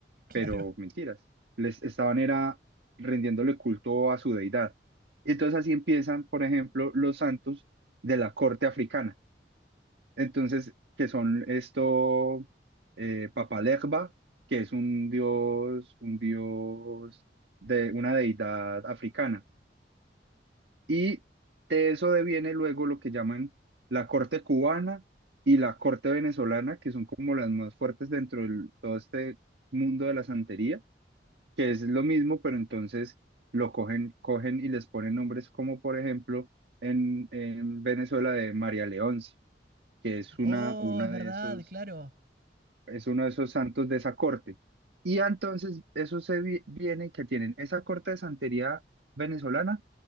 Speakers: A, on the right; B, on the right.
A: <laughs> Claro.
B: pero mentiras. Les estaban era rindiéndole culto a su deidad. Entonces así empiezan, por ejemplo, los santos de la corte africana. Entonces, que son esto, eh, Papalegba, que es un dios, un dios de una deidad africana. Y de eso deviene luego lo que llaman la corte cubana y la corte venezolana, que son como las más fuertes dentro de todo este mundo de la santería que es lo mismo, pero entonces lo cogen, cogen y les ponen nombres como por ejemplo en, en Venezuela de María Leonce, que es
A: Oh,
B: una, uno
A: es verdad,
B: de esos,
A: claro.
B: es uno de esos santos de esa corte. Y entonces eso se vi- viene que tienen esa corte de santería venezolana